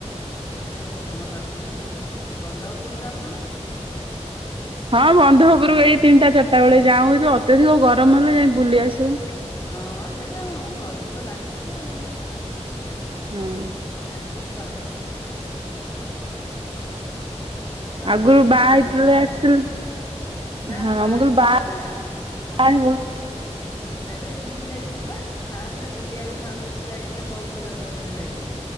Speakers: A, on the left; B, on the right.
A: ସେଇ ପାଇଁ ପବନ କାଟୁନି ଆଉ, ବନ୍ଧ ଉପରକୁ ଯାଉଚ ନା?
B: ହଁ ବନ୍ଧ ଉପରକୁ ଏଇ ତିନିଟା ଚାରିଟା ବେଳେ ଯାଉ ଏଇ ଯଉ ଅତ୍ୟଧିକ ଗରମ ହେଲେ ଯାଇ ବୁଲି ଆସୁ।
A: ହଁ ସେଇଟା ଘରକୁ ତ ଲାଗିଚି ଆଉ,
B: ହଁ
A: ଉଁ ଯାଇଥିଲି ଥରେ ଆଉ
B: ଆଗରୁ
A: ଜଙ୍କ ସାଙ୍ଗରେ
B: ବାହା
A: ବୁଲିବାକୁ
B: ହେଇଥିଲେ
A: ଫାଷ୍ଟ
B: ଆସିଥିଲୁ
A: ଥରିଯାଏ। ନା
B: ହଁ
A: ନା ବାହାଘର
B: ମୁଁ କହିଲି ବାହା
A: ହେଇଥିଲା ଆ
B: ହେବ ହଁ
A: ଆ ଚେ ବୁଲି ଯାଇଥିଲୁ ବା। ଫାଷ୍ଟ ବୁଲିବାକୁ ଭାଉଜ ଜଉ ଯାଇଥିଲେ ପହିଲୁ ରଜ ଦିନ ଯାଇଥିଲେ।